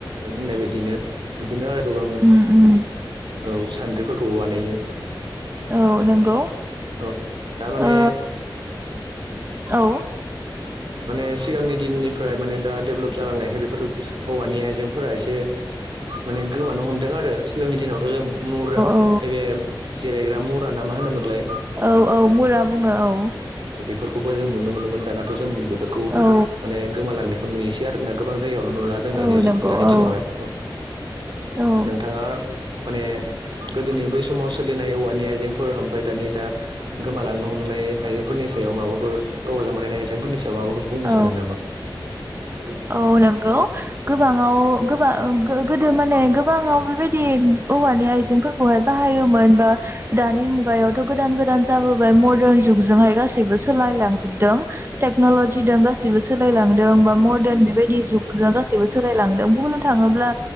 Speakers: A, on the right (about 70°); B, on the right (about 30°).
A: होननाय बायदिनो बिदिनो आरो गोबां
B: उम
A: औ
B: उम
A: सान्द्रिफोरखौबो बानायो
B: औ नंगौ
A: औ दामाने
B: ओ औ।
A: माने सिगांनि दिननिफ्राय माने दा डेभेलप जालांनायखाय बेफोर औवानि आइजेंफोरा एसे माने गोमानो हमदों आरो सिगांनि दिनाव बे जों मुरा
B: औ
A: बे जिरायग्रा मुरा ना मा होनोमोनलाय
B: औ औ बुरा बुंङो औ।
A: फोरखौबो जों नुनो मोनोमोन दानाथ' जों बेफोरखौ
B: औ
A: माने गोमालांनायखौ नुयोसै आरोना गोबां जायगायावनो नुला जों दानि
B: औ नंगौ औ
A: दिनावहाय औ।
B: औ
A: नोंथांङा माने गोदोनि बै समाव सोलिनाय औवानि आइजेंफोर ओमफफ्राय दानि दा गोमालांनो हमनाय आइजेंफोरनि सायाव माबाफोर औवाजों बानायनाय एजेंटफोरनि सायाव माबाफोर बुंनो
B: औ
A: सानो नामा? अब्ला
B: औ नोंगौ गोबांङाव गोबां ओ गो-गोदो माने गोबांङाव बेबायदि औवानि आइजेंफोरखौहाय बाहायोमोन बा दानि मुगायावथ' गोदान गोदान जाबोबाय मदारन जुगजोंहाय गासैबो सोलायलांजोबदों थेकनलजि दो सोलायलांदों बा म दोरन बेबायदि जुग गासैबो सोलायलांदों। बुंनो थांङोब्ला